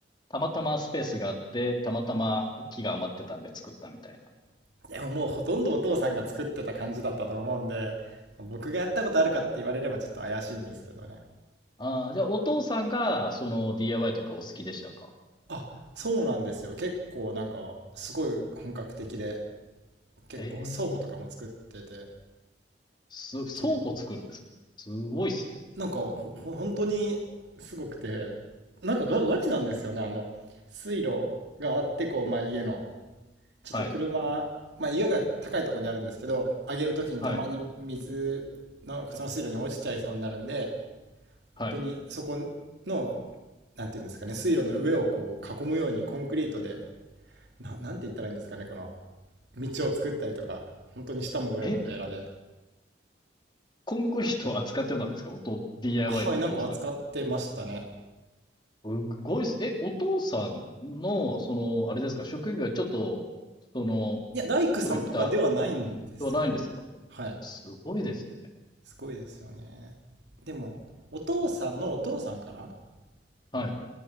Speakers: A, on the left (about 25°); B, on the right (about 70°).
A: たまたまスペースがあって、たまたま木が余ってたんで作ったみたいな。
B: <laughs> でももうほとんどお父さんが作ってた感じだったと思うんで、僕がやったことあるかって言われればちょっと怪しいんですけどね。
A: ああ、じゃあお父さんが、その DIY とかお好きでしたか
B: あ、そうなんですよ。結構なんか、すごい本格的で、結構倉庫とかも作ってて、
A: ええす、
B: 綺麗。
A: 倉庫作るんですかすごいっすね。
B: なんか、ほ、ほ本当にすごくて、なんかガ、ガチなんですよね。あの、水路があって、こう、まあ家の、ちょっと車、
A: はい、
B: まあ家が高いところにあるんですけど、上げるときにたまに水、
A: はい、
B: のその水路に落ちちゃいそうになるんで、
A: はい。
B: 本当にそこの、なんていうんですかね、水路の上をこう囲むようにコンクリートで、な、なんて言ったらいいんですかね、この、道を作ったりとか、本当に下も上も平らで。
A: え、コンクリートを扱ってたんですかおと、DIY
B: はい、
A: でお父さん。
B: なんか扱ってましたね。
A: すごいっすね。え、お父さんの、その、あれですか、職業がちょっと、その、
B: いや、大工さんとかではないんですよ。
A: そういった、ではないんですか
B: はい。
A: すごいですね。
B: すごいですよね。でも、お父さんのお父さんかな
A: はい、
B: ん